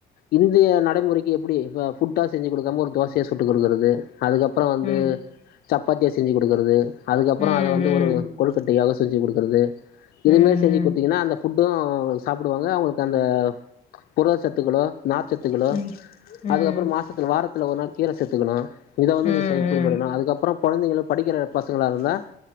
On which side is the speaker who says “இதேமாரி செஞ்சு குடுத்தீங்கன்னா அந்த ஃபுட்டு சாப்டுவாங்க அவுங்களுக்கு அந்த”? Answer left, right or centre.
Left